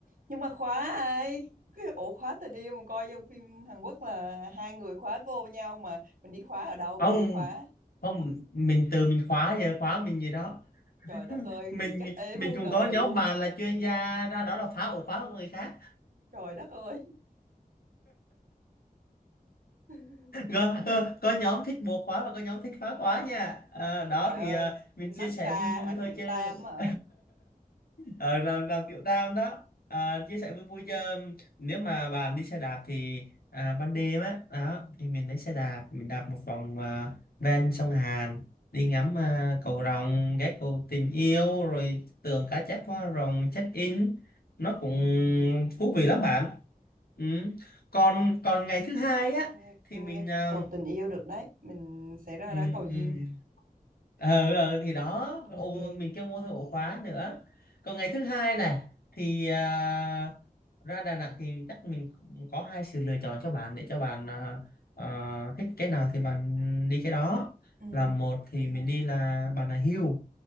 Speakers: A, on the right; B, on the left.
A: nhưng mà khóa ai cái ổ khóa tình yêu mà coi trong phim Hàn Quốc là hai người khóa vô với nhau mà mình đi khóa ở đâu
B: ông
A: mình đi khóa
B: không mình từ mình khóa về khóa mình gì đó
A: trời đất ơi
B: mình
A: vậy chắc ế
B: mình
A: muôn
B: cũng
A: đời
B: có nhóm
A: luôn
B: bạn là chuyên gia ra đó là phá ổ khóa của người khác
A: trời đất ơi <laughs>
B: có, ờ, có nhóm thích bộ khóa và có nhóm thích phá khóa nha à, đó
A: Trời
B: thì
A: ơi,
B: à, mình
A: matcha
B: chia sẻ vui vui
A: hả?
B: thôi
A: Tiểu
B: chứ
A: tam
B: <laughs>
A: hả?
B: à, là, là kiểu tam đó à,
A: Ừ.
B: chia sẻ vui vui chứ nếu mà bạn đi xe đạp thì à, ban đêm á đó thì mình lấy xe đạp mình đạp một vòng à, ven sông Hàn đi ngắm à, cầu rồng ghé cầu tình yêu rồi tượng cá chép hoa rồng check in nó
A: Ừ.
B: cũng thú vị lắm bạn ừ. còn còn ngày thứ hai á
A: Nghe,
B: thì
A: nghe
B: mình à,
A: cầu tình yêu được đấy. Mình sẽ ra
B: ừ
A: đó cầu duyên.
B: ừ ờ ờ, thì đó
A: Ok.
B: ổ, mình kêu mua thêm ổ khóa nữa còn ngày thứ hai này thì à, ra Đà Nẵng thì chắc mình cũng có hai sự lựa chọn cho bạn để cho bạn à, à, thích cái nào thì bạn đi cái đó
A: Ừ.
B: là một thì mình đi là Bà Nà Hills